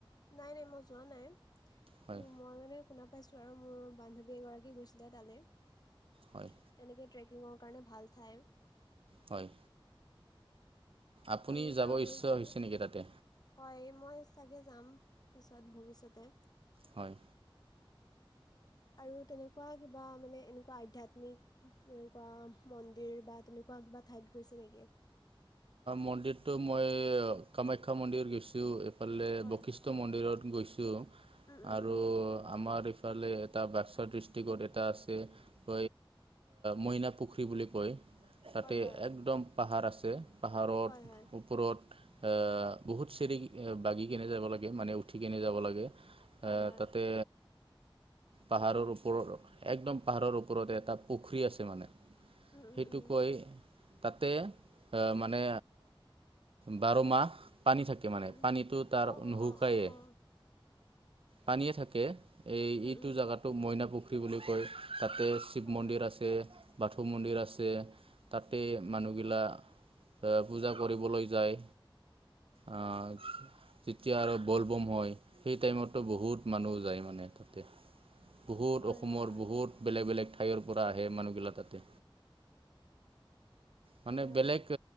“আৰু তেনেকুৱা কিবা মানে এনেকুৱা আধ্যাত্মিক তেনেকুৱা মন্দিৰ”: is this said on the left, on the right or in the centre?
Left